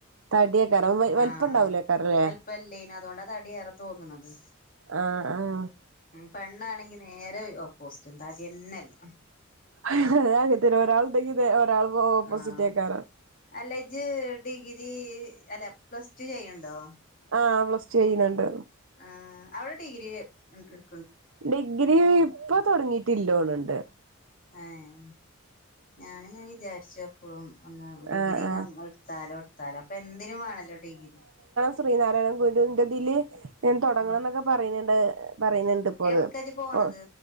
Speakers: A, on the right; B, on the left.
A: തടിയേക്കാരം വ വലിപ്പണ്ടാവൂലേക്കാരല്ലേ
B: ആഹ് വലിപ്പല്ല്യേന് അതുകൊണ്ടാ തടി ഏറെ തോന്നണത്.
A: ആഹ് ആഹ്
B: പെണ്ണാണെങ്കി നേരെ ഓപോസ്റ്റ് തടിയന്നെല്ല.
A: അത് അങ്ങനെതന്നെ ഒരാളെണ്ടെങ്കി ഇതേ ഒരാൾ ഓപ്പോസിറ്റേക്കാരം
B: ആഹ് അല്ല ഇജ് ഡിഗ്രി അല്ല പ്ലസ് ടു ചെയ്യണ്ടോ?
A: ആഹ് പ്ലസ് ടു ചെയ്യുന്നുണ്ട്.
B: ആഹ് അവൾ ഡിഗ്രി മ് എടു
A: ഡിഗ്രി ഇപ്പ തൊടങ്ങീട്ടില്ലോൺണ്ട്
B: ഏഹ് ഞാന്ങ്ങനെ വിചാരിച്ചു എപ്പളും ഒന്ന് ഡിഗ്രി
A: ആഹ് ആഹ്
B: കം ഇട്ത്താലോ ഇട്ത്താലോ ഇപ്പെന്തിനു വാണല്ലോ ഡിഗ്രി
A: ശ്രീനാരായണൻ ഗുരുവിന്റെതില് എന് തൊടങ്ങണന്നൊക്കെ
B: ആഹ്
A: പറിയ്ന്ന്ണ്ട് പറിയ്ന്ന്ണ്ട് ഇപ്പോ
B: എവിടക്കാ
A: അത്
B: ഇജ്ജ് പോണത്
A: ഓഹ്